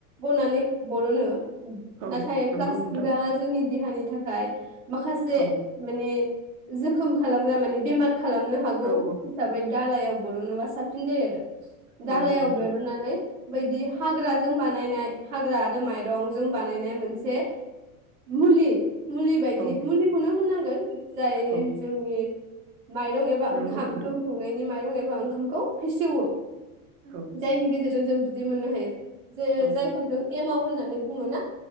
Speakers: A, on the right (about 60°); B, on the right (about 35°).
A: बनानै बरनो
B: औ
A: नाथाय
B: नंगौ
A: प्लास्टिकआ
B: नोंथां
A: जोंनि देहानि थाखाय माखासे
B: औ
A: माने जोखोम खालामग्रा माने बेमार खालामनो हागौ
B: औ
A: हिसाबै दालायाव बरनोबा सा फिन जायो आरो दालायाव
B: नंगौ नोंथां
A: बेरननानै बायदि हाग्राजों बानायनाय हाग्रा आरो माइरंजों बानायनाय मोनसे मुलि मुलि बायदि
B: औ
A: मुलिखौनो होननां गोन जाय
B: औ
A: जोंनि माइरं एबा ओंखाम
B: नंगौ नोंथां
A: जौ संनायनि माइरं ए वा ओंखामखौ फेसेवो
B: औ
A: जायनि गेजेरजों जों दि मोननो हायो। जे
B: औ
A: जायखौ जों एमाव होननानै बुंङो ना?